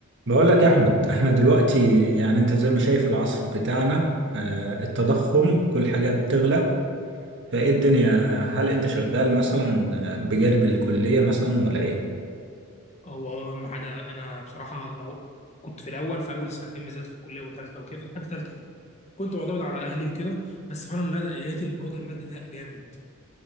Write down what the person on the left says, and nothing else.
هو اهم حاجه انا بصراحه لو كنت في الاول في اول سنتين بالذات في الكليه وثالثه وكده لحد ثالثه كده كنت معتمد على اهلي وكده بس فعلا لا لقيت الوضع المادي ده جامد